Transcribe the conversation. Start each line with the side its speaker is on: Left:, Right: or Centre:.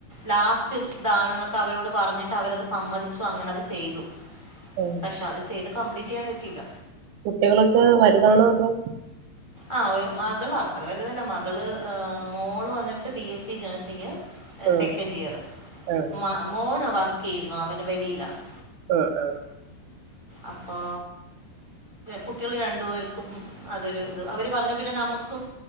Centre: ലാസ്റ്റ് ഇതാണെന്നൊക്കെ അവരോട് പറഞ്ഞിട്ട് അവരത് സമ്മതിച്ചു അങ്ങനെ അത് ചെയ്തു
Right: ആഹ്
Centre: പക്ഷെ അത് ചെയ്ത് കംപ്ലീറ്റ് ചെയ്യാൻ പറ്റിയില്ല
Right: കുട്ടികളൊക്കെ വലുതാണോ അതോ
Centre: ആ മകള് അത്ര വലുതല്ല മകള് മോള് വന്നിട്ട് ബി എസ് സി നഴ്സിങ്
Right: ആഹ്
Centre: സെക്കൻഡ് ഇയറ്
Right: ആഹ്
Centre: മ മോൻ വർക്ക് ചെയ്യുന്നു അവന് വെളിയിലാണ്
Right: ആഹ് ആഹ്
Centre: അപ്പോ കുട്ടികൾ രണ്ടു പേർക്കും അതൊരു അവര് പറഞ്ഞു പിന്നെ നമുക്കും